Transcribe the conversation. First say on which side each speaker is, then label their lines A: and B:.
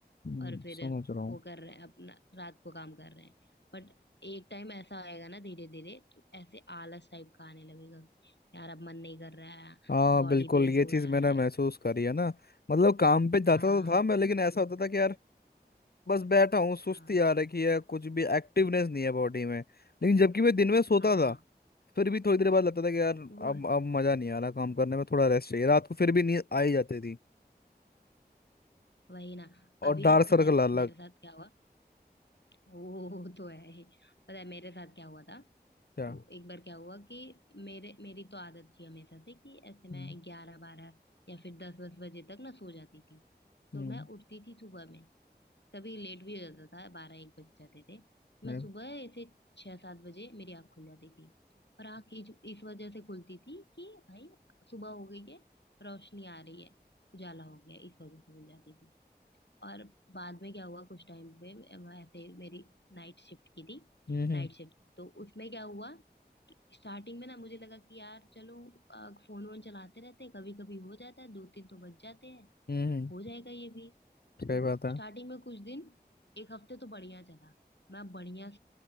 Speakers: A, on the left; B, on the left.
A: हम्म,
B: और फिर
A: समझ रहा हूँ
B: वो कर रहे हैं अपना रात को काम कर रहे हैं बट एक टाइम ऐसा आएगा ना धीरे धीरे तो ऐसे आलस टाइप का आने लगेगा कि यार अब मन नहीं कर रहा है
A: हाँ
B: बॉडी
A: बिल्कुल
B: पेन
A: ये
B: हो
A: चीज़
B: रहा
A: मैंने
B: है
A: महसूस करी है ना मतलब काम पे जाता
B: हाँ
A: तो था मैं लेकिन ऐसा होता था कि यार बस बैठा हूँ सुस्ती
B: हाँ
A: आ रखी है कुछ भी एक्टिवनेस नहीं है बॉडी में लेकिन जबकि मैं दिन में सोता
B: हाँ
A: था फिर भी थोड़ी देर बाद लगता था कि यार अब
B: वो-
A: अब मजा नहीं आ रहा काम करने में थोड़ा रेस्ट चाहिए रात को फिर भी नींद आ ही जाती थी
B: वही ना
A: और
B: अभी
A: डार्क सर्कल
B: पता है
A: अलग
B: मेरे साथ क्या हुआ वो तो है ही। पता है मेरे साथ क्या हुआ था
A: क्या
B: तो एक बार क्या हुआ कि मेरे मेरी तो आदत थी हमेशा से कि ऐसे
A: हम्म
B: मैं ग्यारह बारह या फिर दस दस बजे तक ना सो जाती थी तो
A: हम्म
B: मैं उठती थी सुबह में कभी लेट भी हो जाता था बारह एक बज जाते थे मैं
A: हम्म
B: सुबह ऐसे छह सात बजे मेरी आँख खुल जाती थी और आँख इस इस वजह से खुलती थी कि भाई सुबह हो गई है रोशनी आ रही है उजाला हो गया है, इस वजह से खुल जाती थी और बाद में क्या हुआ कुछ टाइम पे अम, ऐसे मेरी नाइट शिफ्ट की थी
A: हम्म हम्म
B: नाइट शिफ्ट तो उसमें क्या हुआ कि स्टार्टिंग में ना मुझे लगा कि यार चलो फोन वोन चलाते रहते हैं कभी कभी हो जाता है दो तीन तो बज जाते हैं
A: हम्म,
B: हो जाएगा ये भी
A: सही
B: तो
A: बात है
B: स्टार्टिंग में कुछ दिन एक हफ्ते तो बढ़िया चला मैं बढ़िया अ,